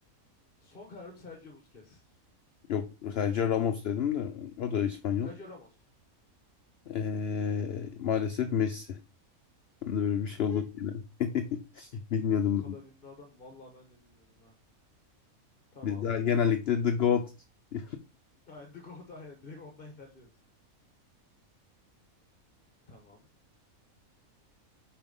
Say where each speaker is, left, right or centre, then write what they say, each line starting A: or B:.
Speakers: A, on the left; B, on the left.
A: Son kararım Sergio Busquets.
B: Yok Sergio Ramos dedim de o da İspanyol.
A: Sergio Ramos.
B: Eee, maalesef Messi. Ben de böyle bir şey
A: Ne?
B: oldu yine. <laughs> Bilmiyordum
A: O kadar ünlü adam. Vallahi ben de bilmiyordum ha. Tamam.
B: Bizler genellikle The Goat <laughs>
A: Aynen The Goat aynen. Direkt ondan ilerliyoruz. Tamam.